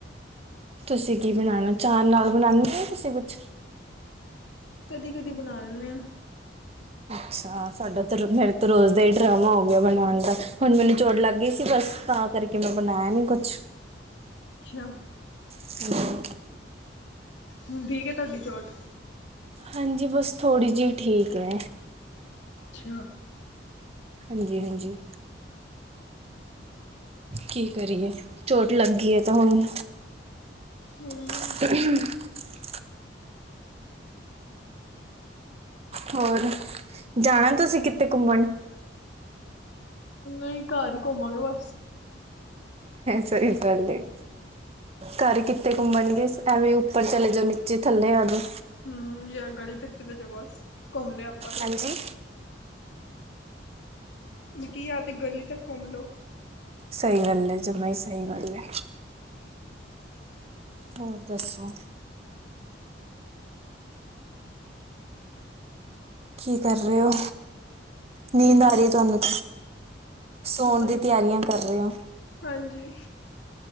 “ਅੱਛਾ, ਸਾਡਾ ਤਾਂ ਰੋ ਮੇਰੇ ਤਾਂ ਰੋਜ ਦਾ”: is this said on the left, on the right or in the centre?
Right